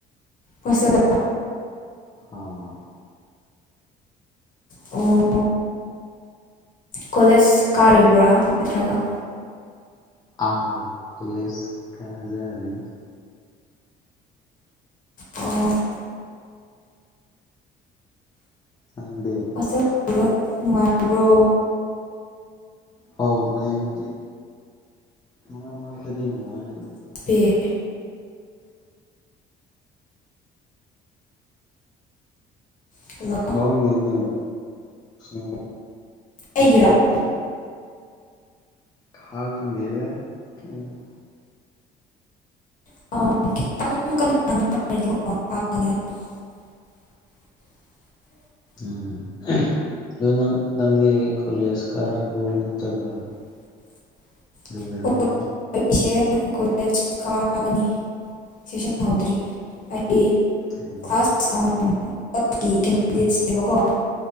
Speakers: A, on the left (about 50°); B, on the left (about 25°).
A: ꯄꯣꯇꯦꯜꯗ
B: ꯑꯣ
A: ꯑꯣ ꯀꯣꯂꯦꯖ ꯀꯥꯔꯤꯕ꯭ꯔꯥ ꯅꯠꯇ꯭ꯔꯒ
B: ꯑꯥꯎ ꯀꯂꯦꯖ ꯀꯖꯔꯤ
A: ꯑꯣ꯫
B: ꯈꯪꯗꯦ
A: ꯑꯆꯕ ꯅꯨꯡꯉꯥꯏꯕ꯭ꯔꯣ
B: ꯍꯥꯎ ꯂꯩꯕꯗꯤ ꯃꯔꯛ ꯃꯔꯛꯇꯗꯤ ꯅꯨꯉꯥꯏꯗ ꯑꯗꯨꯝ
A: ꯄꯦ <inaudible>
B: ꯈꯪꯗꯦꯅꯦ <unintelligible>
A: ꯑꯩꯒꯤꯔꯥ
B: ꯈꯥꯡ ꯗꯦꯗꯥ ꯑꯩꯖꯨ
A: <unintelligible> <inaudible>
B: ꯎꯝ ꯑꯗꯣ ꯅꯪ ꯅꯪꯒꯤ ꯀꯣꯂꯦꯖ ꯀꯥꯔꯤꯕꯣ ꯅꯠꯇ꯭ꯔꯒ
A: <inaudible>
B: ꯂꯣꯏꯔꯕꯣ
A: ꯍꯣꯏ ꯑꯩꯁꯦ ꯀꯣꯂꯦꯖ ꯀꯥꯕꯅꯤ ꯁꯦꯁꯟ ꯍꯧꯗ꯭ꯔꯤ ꯑꯩꯗꯤ
B: ꯑꯣ
A: ꯀ꯭ꯂꯥꯁ ꯑꯝ ꯀꯤ ꯀꯦꯟꯗꯤꯗꯦꯠꯁꯅꯦꯕꯀꯣ